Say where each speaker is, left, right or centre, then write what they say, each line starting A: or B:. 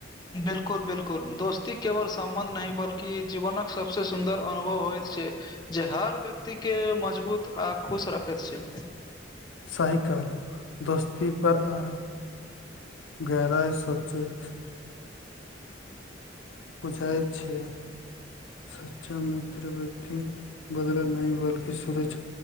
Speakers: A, on the left; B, on the left.
A: बिल्कुल बिल्कुल दोस्ती केवल सम्बन्ध नहि बल्कि जीवनक सबसँ सुन्दर अनुभव होइत छै जे हर व्यक्ति के मजबूत आ खुश रखैत छै
B: सही कहलो दोस्ती पर आरो गहराइ सोचेत बुझाय छै सच्चा मित्र व्यक्ति बदला नहि बल्कि सूरज